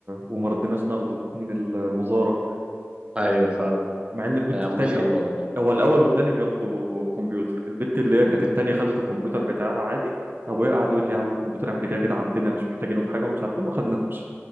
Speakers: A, on the right (about 45°); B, on the right (about 25°).
A: وما رضيناش ناخده من ال- الوزاره
B: <laughs> ايوه فاهم
A: مع ان البت
B: يا عم
A: التاني
B: ما شاء الله والله
A: هو الاول والتاني بياخدوا كمبيوتر البت اللي هي
B: طب
A: كانت
B: انت-
A: التانية خدت الكمبيوتر بتاعها عادي ابويا قعد يقول لي يا عم الكمبيوتر احنا كده كده عندنا مش محتاجينه في حاجه ومش عارف ايه ما خدناهوش